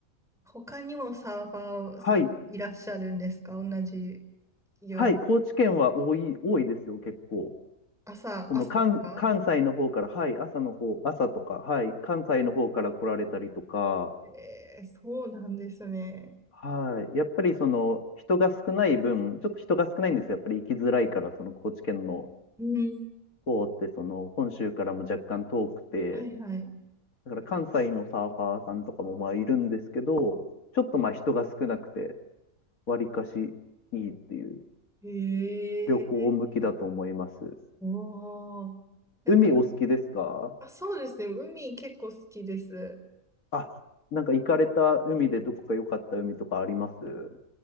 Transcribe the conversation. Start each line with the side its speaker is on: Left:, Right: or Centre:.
Centre: 他にもサーファーさんいらっしゃるんですか同じ
Left: はい。
Centre: ように。
Left: はい。高知県は多い、多いですよ、結構。
Centre: 朝、
Left: その関、
Centre: 朝が
Left: 関西の方から、はい。朝の方、朝とか、はい。関西の方から来られたりとか、
Centre: ええそうなんですね。
Left: はい。やっぱりその人が少ない分、ちょっと人が少ないんですよ。やっぱり行きづらいから、その高知県の
Centre: うん。
Left: 方ってその本州からも若干遠くて、
Centre: はいはい。
Left: だから関西のサーファーさんとかもまあいるんですけど、ちょっとまあ人が少なくて、わりかしいいっていう
Centre: ええ
Left: 旅行向きだと思います。
Centre: おお。なんか、
Left: 海お好きですか
Centre: あ、そうですね。海結構好きです。
Left: あ、なんか行かれた海でどこか良かった海とかあります